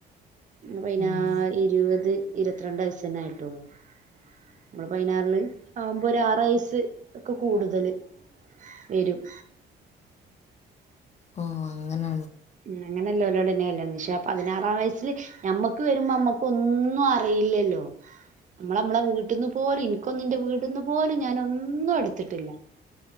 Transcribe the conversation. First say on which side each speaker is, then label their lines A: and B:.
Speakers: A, on the right; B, on the left.
A: പിനാ
B: ഉം.
A: ഇരുപത് ഇരത്തിരണ്ട് വയസ്സ് തന്നെ ആയിട്ടുള്ളു നമ്മള് പയനാറില് ആകുമ്പോ ഒരു ആറ് വയസ് ഒക്കെ കൂടുതല് വരും
B: ഓ അങ്ങനെ
A: ഉം അങ്ങനല്ലോലോട് തന്നെ കല്യാണം പക്ഷേ ആ പതിനാറാം വയസ്സില് ഞമ്മക്ക് വരുമ്പോ നമ്മക്ക് ഒന്നും അറിയില്ലല്ലോ നമ്മള് നമ്മളെ വീട്ടീന്ന് പോലും എനിക്കൊന്നും ആന്റെ വീട്ടിന്ന് പോലും ഞാനൊന്നും എടുത്തിട്ടില്ല